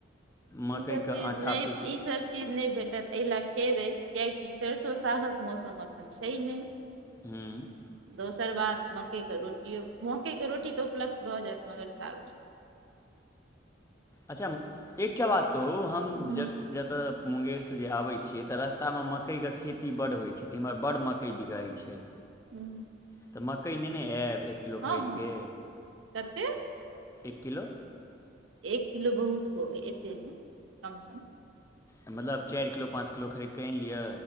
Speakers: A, on the left (about 15°); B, on the right (about 80°).
A: मकइके
B: ई सब चीज
A: आटा
B: नै
A: पीसू
B: ई सब चीज नय भेटत एहि लए खेद अछि कियाकि सरसो सागक मौसम अखन छै नय।
A: हूँ
B: दोसर बात मकइके रोटियो मकइके रोटी तऽ उपलब्ध भऽ जायत मगर साग नै
A: अच्छा म् एकटा बात कहू हम
B: हूँ
A: ज जतऽ मुंगेरसँ जे आबै छियै तऽ रस्तामे मकइके खेती बड्ड होइ छै, तऽ एम्हर बड्ड मकइ बिकाइ छै।
B: हूँ
A: त मकय नेने ऐब एक किलो
B: हँ
A: खरीदके
B: हँ कते
A: एक किलो
B: एक किलो बहुत हो गेल एते नै कम सम
A: मतलब चाइर किलो पाँच किलो खरीद कऽ आइन लिअ